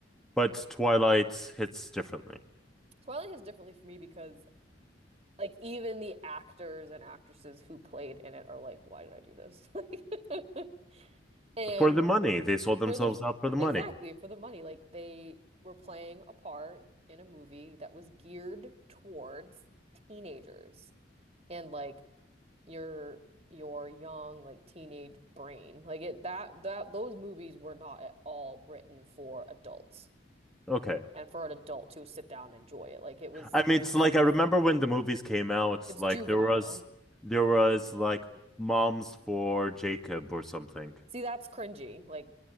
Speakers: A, in the centre; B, on the right.
A: But Twilight hits differently.
B: <laughs> Twilight is differently for me because like even the actors and actresses who played in it are like, why did I do this? <laughs> Like And
A: For the money. They sold themselves
B: for the
A: out for the
B: exactly
A: money.
B: for the money, like they were playing a part in a movie that was geared towards teenagers and like your your young like teenage brain. Like it that that those movies were not at all written for adults
A: Okay.
B: and for an adult to sit down and enjoy it. Like it was
A: I
B: it
A: mean,
B: was
A: it's like I remember when the movies came out,
B: it's
A: like
B: juvenile.
A: there was there was like moms for Jacob or something.
B: See, that's cringy. Like